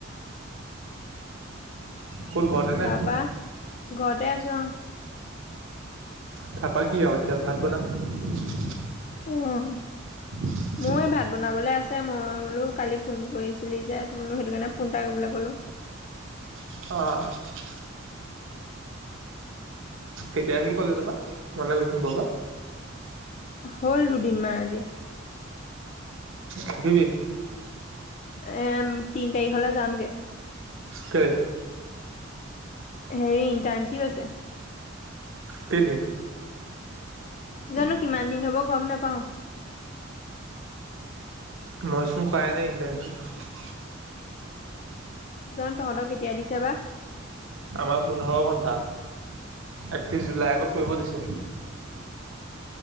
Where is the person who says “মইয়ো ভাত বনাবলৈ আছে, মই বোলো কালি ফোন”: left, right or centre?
Left